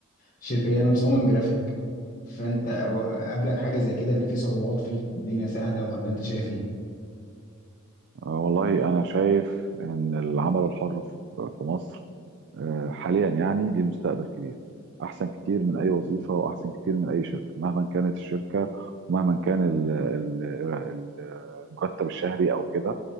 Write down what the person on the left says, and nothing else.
شركه ليا انا مصمم جرافيك فانت و- قابلك حاجه زي كده اللي فيه صعوبات فيه الدنيا سهله ولا انت شايف ايه